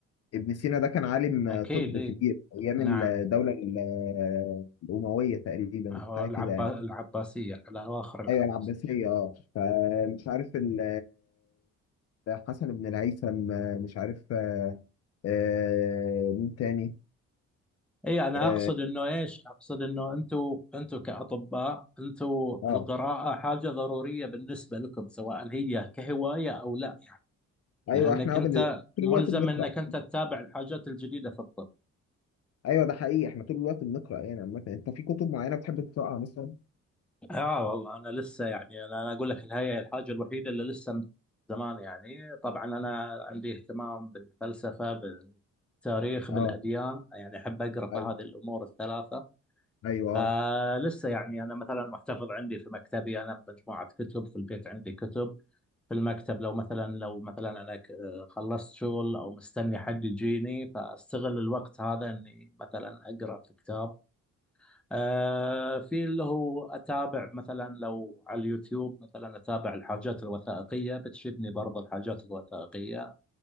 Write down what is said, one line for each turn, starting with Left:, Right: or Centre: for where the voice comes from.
Left: ابن سينا ده كان عالم
Centre: أكيد
Left: آه، طب
Centre: إيه
Left: كبير ايام
Centre: نعم
Left: الدوله ال- آه، الامويه تقريبا
Centre: هو
Left: حاجه
Centre: العبا...
Left: كده يعني
Centre: العباسية على أواخر العباسية
Left: ايوه العباسيه اه فمش عارف ال- آه، حسن بن الهيثم آه، مش عارف آه، آه، مين تاني
Centre: أي أنا
Left: اه
Centre: أقصد إنه إيش أقصد إنه أنتوا أنتوا كأطباء أنتوا
Left: آه.
Centre: القراءة حاجة ضرورية بالنسبة لكم سواء هي كهواية أو لا يعني
Left: ايوه
Centre: لأنك
Left: احنا
Centre: أنت
Left: بن- طول
Centre: ملزم
Left: الوقت بنقرا
Centre: إنك أنت تتابع الحاجات الجديدة في الطب
Left: ايوه ده حقيقي احنا طول الوقت بنقرا يعني عامه انت في كتب معينه بتحب تقراها مثلا
Centre: آه والله أنا لسه يعني أنا أنا أقول لك إن هي الحاجة الوحيدة اللي لسه من زمان يعني طبعا أنا عندي اهتمام بالفلسفة بالتاريخ
Left: اه
Centre: بالأديان يعني أحب أقرأ في
Left: ايوه
Centre: هذه الأمور الثلاثة
Left: ايوه
Centre: فلسه
Left: آه.
Centre: يعني انا مثلا محتفظ عندي في مكتبي انا بمجموعه كتب في البيت عندي كتب في المكتب لو مثلا لو مثلا انا ك- خلصت شغل او مستني حد يجيني فاستغل الوقت هذا اني مثلا اقرا في كتاب آه، في اللي هو اتابع مثلا لو على اليوتيوب مثلا اتابع الحاجات الوثائقيه بتشدني برضه الحاجات الوثائقيه